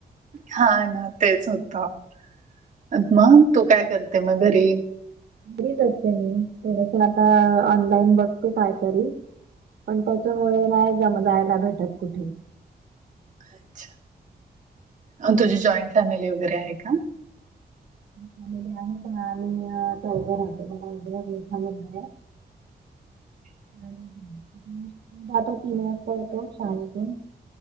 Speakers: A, on the right; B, on the right.
A: हा ना,, तेच होतं. अ मग,, तू काय करते मग घरी?
B: घरीच असते मी,, ते आता ऑनलाईन बघते कायतरी,, पण त्याच्यामुळे नाही जा म जायला भेटत कुठे.
A: अच्छा,, अं, तुझी जॉइंट फॅमिली वगैरे आहे का?
B: झालेले आहे, पण आम्ही, चौग राहतो, मला एकदा मोठांऽ
A: <inaudible>
B: आणि जातो, तिन वाजता येतो शाळेतून.